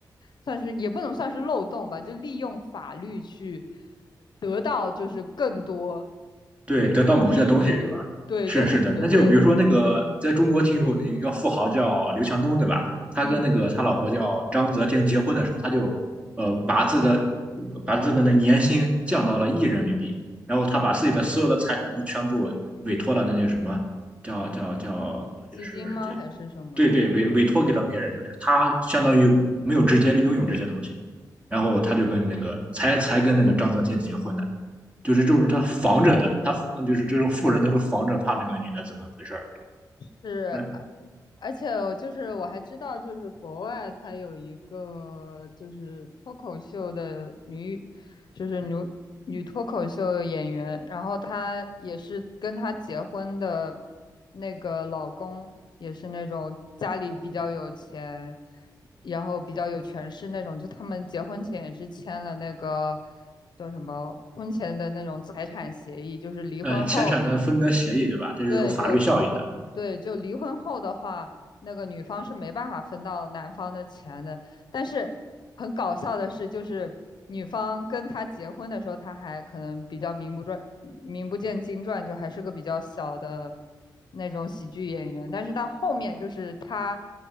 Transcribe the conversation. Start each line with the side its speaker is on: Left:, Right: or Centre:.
Left: 算是也不能算是漏洞吧，就利用法律去得到就是更多
Right: 对，得到某些东西是吧？
Left: 利益，对，
Right: 是是的，
Left: 就很纯粹。
Right: 那就比如说那个在中国挺有一个富豪叫刘强东，对吧？他跟那个他老婆叫章泽天结婚的时候，
Left: 嗯，
Right: 他就呃把自己的把自己的那年薪降到了一亿人民币，然后他把自己的所有的财产都全部委托了那些什么叫叫叫呃就是这
Left: 基金吗？还是什么？
Right: 对对委委托给了别人，就是他相当于没有直接拥有这些东西，然后他就跟那个才才跟那个章泽天结婚的。就是这种他防着的，他那就是这种富人，他是防着怕那个女的怎么回事儿。
Left: 是，
Right: 那
Left: 而而且我就是我还知道，就是国外它有一个就是脱口秀的女，就是女女脱口秀演员，然后她也是跟她结婚的那个老公也是那种家里比较有钱，然后比较有权势那种，就他们结婚前也是签了那个叫什么婚前的那种财产协议，就是离婚后。
Right: 呃，钱产的分割协议，对吧？这是有法律效应的。
Left: 对，就对，就离婚后的话，那个女方是没办法分到男方的钱的。但是很搞笑的是，就是女方跟他结婚的时候，他还可能比较名不传，名不见经传，就还是个比较小的那种喜剧演员。但是到后面，就是他